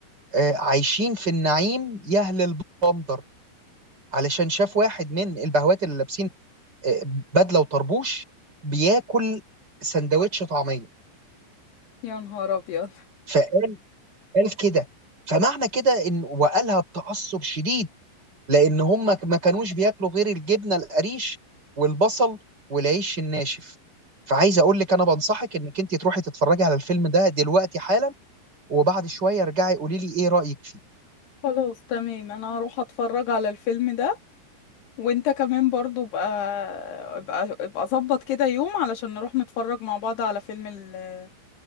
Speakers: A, on the right; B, on the left.
A: آه، عايشين في النعيم يهل البندر علشان شاف واحد من البهوات اللي لابسين آه، بدله وطربوش بياكل سندوتش طعميه
B: يا نهار ابيض
A: فقال قال كده فمعنى كده ان وقالها بتعصب شديد لان هم ما كانوش بياكلوا غير الجبنه القريش والبصل والعيش الناشف فعايز اقول لك انا بنصحك انك انت تروحي تتفرجي على الفيلم ده دلوقتي حالا وبعد شويه ارجعي قولي لي ايه رايك فيه
B: خلاص تمام انا هروح اتفرج على الفيلم ده وانت كمان برضو بقى ابقى ابقى ظبط كده يوم علشان نروح نتفرج مع بعض على فيلم ال-